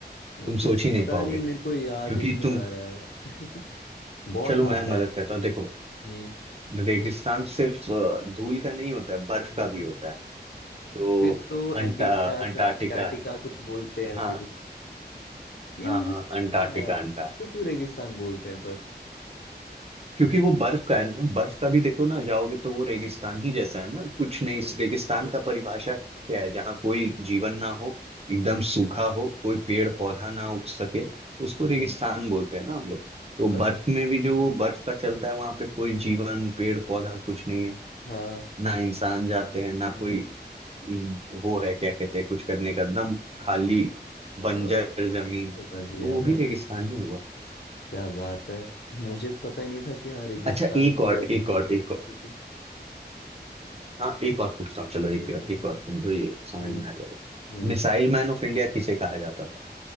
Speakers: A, on the left; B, on the right.
A: यार
B: तुम
A: कुछ
B: सोच ही नहीं
A: पता
B: पाओगे
A: नहीं मेरे को याद
B: क्योंकि
A: ही नहीं
B: तुम
A: आ रहा है <laughs> बहुत
B: चलो
A: हार्ड
B: मैं
A: है
B: मदद करता हूँ देखो
A: हम्म
B: रेगिस्तान सिर्फ अ, धूल का नहीं होता है बर्फ
A: हम्म।
B: का भी होता है तो
A: फिर तो एंटीटा
B: अंटा अंटार्कटिका
A: का अंटार्कटिका
B: है
A: कुछ बोलते हैं
B: हाँ
A: ऐसे कुछ ये
B: हाँ
A: मुझे
B: हाँ
A: समझ
B: अंटार्कटिका
A: नहीं आया यार
B: अंटार्कटिका
A: उसको क्यों रेगिस्तान बोलते हैं पर
B: क्योंकि वो बर्फ का है ना बर्फ का भी देखो ना जाओगे तो
A: हम्म।
B: वो रेगिस्तान ही जैसा है ना कुछ नहीं इस
A: अच्छा
B: रेगिस्तान का परिभाषा क्या है जहाँ कोई
A: हम्म
B: जीवन ना हो एकदम सूखा हो कोई पेड़
A: हम्म
B: पौधा ना उग सके तो उसको
A: हम्म,
B: रेगिस्तान बोलते हैं ना हम लोग तो
A: अच्छा
B: बर्फ में भी जो
A: हम्म,
B: वो बर्फ का चलता है वहां पे कोई जीवन पेड़ पौधा कुछ नहीं है
A: हाँ
B: ना इंसान जाते
A: हम्म,
B: हैं ना कोई अम, वो है क्या कहते हैं कुछ करने का एकदम खाली
A: अ,
B: बंजर जमीन
A: समझ गया
B: तो वो
A: मैं
B: भी रेगिस्तान ही हुआ
A: क्या बात है मुझे पता ही नहीं था कि हाँ रेगिस्तान
B: अच्छा एक
A: को
B: और
A: भी ऐसे
B: एक
A: बोलते
B: और
A: हैं
B: एक और
A: पूछो
B: हाँ एक और पूछता हूँ चलो एक
A: हम्म
B: एक और तुमको ये समझ
A: हम्म
B: में आ जाएगा
A: हम्म
B: मिसाइल मैन ऑफ इंडिया किसे कहा जाता था